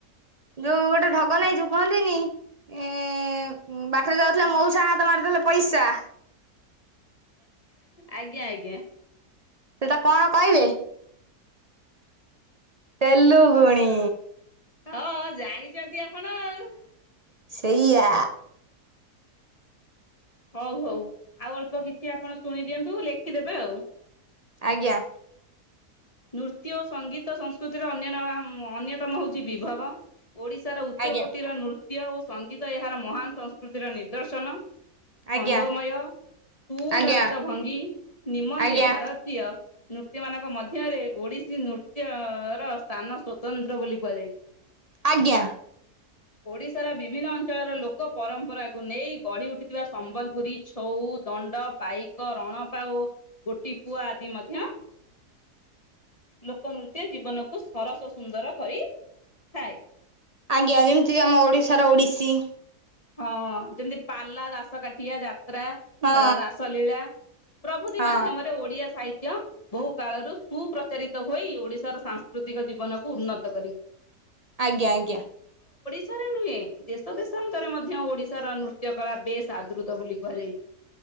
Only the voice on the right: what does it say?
ଯୋଉ ଗୋଟେ ଢଗ ନାଇଁ ଯୁ କୁହନ୍ତିନି ଏ ବାଟରେ ଯାଉଥିଲେ ମଉସ ହାତ ମାରିଦେଲେ ପଇସା
ସେଟା କଣ କହିବେ ତେଲୁଗୁଣି?
ସେଇଆ।
ଆଜ୍ଞା।
ଆଜ୍ଞା
ଆଜ୍ଞା
ଆଜ୍ଞା
ଆଜ୍ଞା
ଆଜ୍ଞା।
ଆଜ୍ଞା ଯେମିତିକ ଆମ ଓଡିଶାର ଓଡିଶି।
ହଁ
ହଁ
ଆଜ୍ଞା ଆଜ୍ଞା।